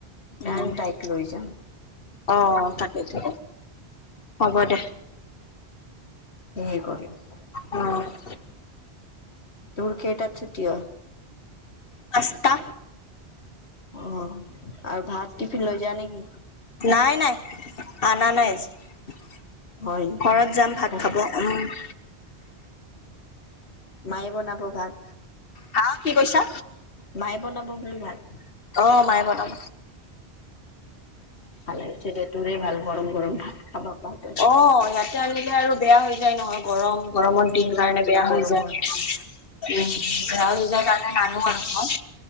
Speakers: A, on the left; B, on the left.
A: উম।
B: আৰু তাইক লৈ যাম।
A: অ তাকেতো হ'ব দে।
B: <inaudible>
A: <unintelligible>
B: তোৰ কেইটাত চুতি অয়।
A: পাঁচটা
B: অ আৰু ভাত টিফিন লৈ যা নেকি?
A: নাই নাই আনা নাই <unintelligible>
B: হয় নেকি?
A: ঘৰত যাম ভাত
B: অ'
A: খাব উম। <inaudible>
B: মায়ে বনাব ভাত
A: হা কি কৈছা।
B: মায়ে <inaudible>
A: অ', মায়ে বনাব।
B: ভাল লাগছিল যে তৰে ভাল গৰম গৰম ভাল খাবা পোৱা ত
A: অ <unintelligible> আৰু বেয়া হৈ যায় নহয় গৰম গৰমৰ দিন
B: উম
A: কাৰণে বেয়া
B: গৰমৰ
A: হৈ যায়।
B: দিন।
A: উম এ জ ত নে নান আক